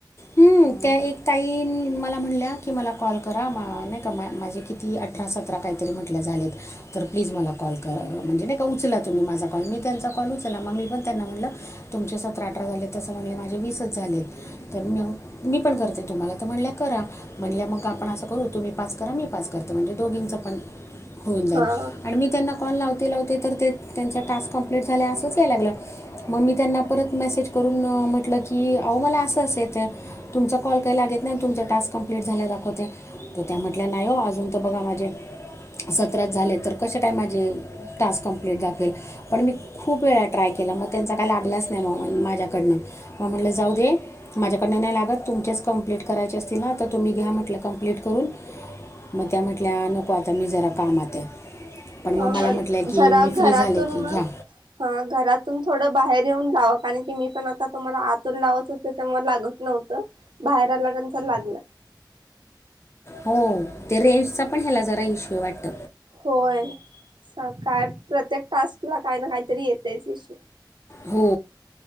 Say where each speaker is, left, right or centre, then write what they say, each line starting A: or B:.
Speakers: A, on the left; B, on the right.
A: की त्या एक ताईन मला म्हणल्या की मला कॉल करा म नाही का मा माझे किती अठरा सतरा काहीतरी म्हटल्या झालेत. तर प्लीज मला कॉल कर म्हणजे नाही का उचला तुम्ही माझा कॉल मी त्यांचा कॉल उचल ला मग मी पण त्यांना म्हटलं तुमचे सतरा अठरा झाले तसं म्हणले माझे वीसच झालेत. तर म मी पण करते तुम्हाला तर म्हणल्या करा. म्हणल्या मग आपण असं करू तुम्ही पाच करा मी पाच करत म्हणजे दोघींचं पण होऊन जाईल
B: हा
A: आणि मी त्यांना कॉल लावते लावते तर ते त्यांचा टास्क कम्प्लीट झालाय असंच यायला लागलं. मग मी त्यांना परत मेसेज करून म्हंटलं की अहो मला असं असं येतंय तुमचा कॉल काय लागेत नाही तुमचा टा स्क कम्प्लीट झालाय दाखवतय. तर त्या म्हटल्या नाही हो अजून तर बघा माझे सतरा झालेत तर कस काय माझे टास्क कंप्लीट दाखवेल. पण मी खूप वेळा ट्राय केला मग त्यांचा काय लागलाच नाय म माझ्याकडनं म म्हणलं जाऊ दे माझ्याकडनं नाय लागत तुमचेच कंप्लीट करायचे असतील ना तर तुम्ही घ्या म्हटलं कंप्लीट करून. मग त्या म्हटल्या नको आता मी जरा कामातये पण
B: हा
A: म मला
B: हा
A: म्हट म्हटल्या की
B: जरा
A: मी फ्री
B: घरातून
A: झाले की
B: ना
A: घ्या
B: हा घरातून थोडं बाहेर येऊन जावं कारण की मी पण आता तुम्हाला आतून लावत होत ते तेव्हा लागत नव्हत बाहेर आल्यानंतर लागला.
A: हो ते रेंजचा पण ह्याला जरा ईशु ये वाटत.
B: होय सकाळ प्रत्येक टास्क ला काय ना कायतरी येतयच इश्यू.
A: हो